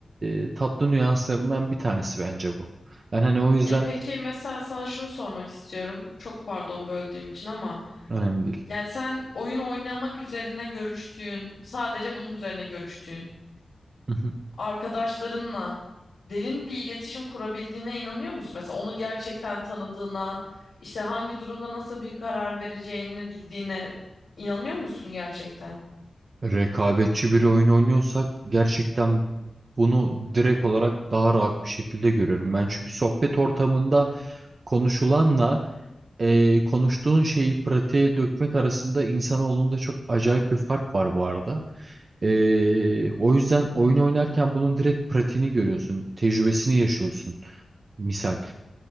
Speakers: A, on the right; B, on the left.
A: e, tatlı nüanslarından bir tanesi bence bu. Ben hani o yüzden
B: Ya peki mesela sana şunu sormak istiyorum. Çok pardon böldüğüm için ama
A: önemli değil.
B: yani sen oyun oynamak üzerine görüştüğün, sadece bunun üzerine görüştüğün
A: Hı hı.
B: arkadaşlarınla derin bir iletişim kurabildiğine inanıyor musun? Mesela onu gerçekten tanıdığına, işte hangi durumda nasıl bir karar vereceğini bildiğine inanıyor musun gerçekten?
A: Rekabetçi bir oyun oynuyorsak gerçekten bunu direkt olarak daha rahat bir şekilde görüyorum. Ben çünkü sohbet ortamında konuşulanla e, konuştuğun şeyi pratiğe dökmek arasında insanoğlunda çok acayip bir fark var bu arada. E, o yüzden oyun oynarken bunun direkt pratiğini görüyorsun, tecrübesini yaşıyorsun. Misal.